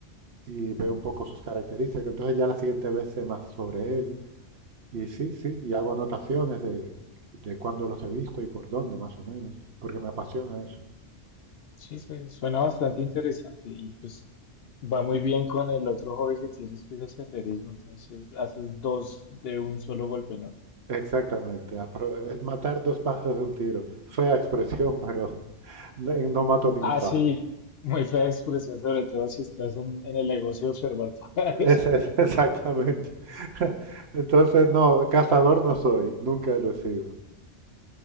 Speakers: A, on the right; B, on the left.
A: y veo un poco sus características, entonces ya la siguiente vez sé más sobre él. Y sí, sí, y hago anotaciones de, de cuándo los he visto y por dónde, más o menos, porque me apasiona eso.
B: Sí, se, suena bastante interesante y pues va muy bien con el otro hobby que tienes que es el senderismo, entonces haces dos de un solo golpe, ¿no?
A: Exactamente, apro- es matar dos pájaros de un tiro. Fea expresión, <laughs> pero no, no mato ningún
B: Ah, sí,
A: pájaro.
B: muy fea expresión, sobre todo si estás en, en el negocio de observar pájaros.
A: Ese es, <laughs> exactamente. <laughs> Entonces, no, cazador no soy, nunca lo he sido.